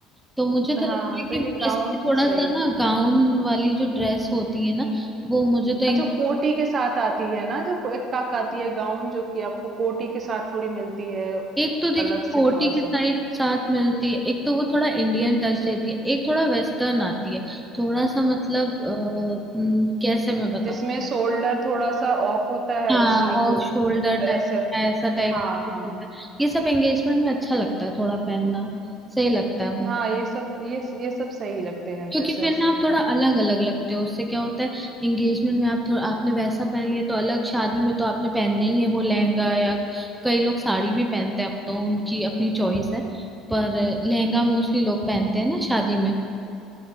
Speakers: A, in the centre; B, on the right (about 30°).
A: तो मुझे तो
B: हाँ
A: लगता है
B: तो
A: कि
B: ये गाउन
A: वैसे थोड़ा
B: सही
A: सा ना गाउन वाली जो ड्रेस होती है ना वो मुझे तो
B: हाँ जो कोटी के साथ आती है ना जो एक काक आती है गाउन जो कि आपको कोटी के साथ थोड़ी मिलती है
A: एक तो देखिए
B: अलग
A: कोटी
B: से थोड़ा सा
A: की साइड
B: लो
A: साथ मिलती है एक तो वो थोड़ा इंडियन टच देती है एक थोड़ा वेस्टर्न आती है थोड़ा सा मतलब अ, हम्म, कैसे मैं बताऊं
B: जिसमें शोल्डर थोड़ा सा ऑफ होता है
A: हाँ
B: जैसे निकल
A: ऑफ शोल्डर टाइप
B: ऐसे
A: ऐसा टाइप
B: हाँ
A: कुछ
B: हाँ
A: होता है ये सब एंगेजमेंट में अच्छा लगता है थोड़ा पहनना सही लगता है मुझे
B: हाँ ये सब ये ये सब सही लगते हैं
A: क्योंकि
B: ड्रेसेस
A: फिर ना आप थोड़ा
B: हाँ
A: अलग अलग लगते हो उससे क्या होता है एंगेजमेंट में आप थोड़ा आपने वैसा पहन लिया तो अलग शादी में तो आपने पहनना ही है वो लहंगा या कई लोग साड़ी भी पहनते हैं अब तो उनकी अपनी चॉइस है पर लहंगा मोस्टली लोग पहनते हैं ना शादी में